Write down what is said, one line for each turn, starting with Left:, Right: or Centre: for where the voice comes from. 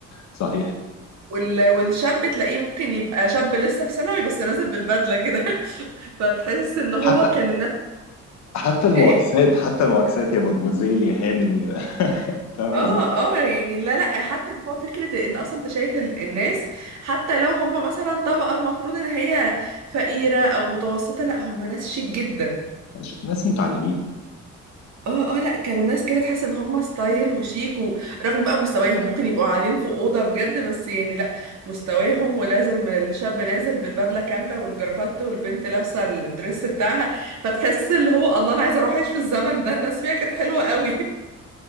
Left: صحيح
Right: وال... والشاب تلاقيه ممكن يبقى شاب لسه في ثانوي بس نازل بالبدلة كده <laughs> فتحس ان هو
Left: حتى
Right: كان الناس
Left: حتى المعاكسات
Right: ايه
Left: حتى المعاكسات يا مدموزيل يا هانم يا <laughs> فاهم
Right: اه اه يعني لا لا حتى اللي هو فكرة إن انت اصلا انت شايف ال- الناس حتى لو هم مثلا طبقة المفروض ان هي فقيرة او متوسطة لا هم ناس شيك جدا
Left: عشان- ناس متعلمين
Right: اه اه لا كانوا ناس كده تحس ان هم ستايل وشيك ورغم بقى مستواهم ممكن يبقوا قاعدين في اوضه بجد بس يعني لا مستواهم ولازم الشاب نازل بالبدله كامله والجرافات والبنت لابسه الدريس بتاعها فتحس اللي هو الله انا عايزه اروح اعيش في الزمن ده الناس فيها كانت حلوه قوي <laughs>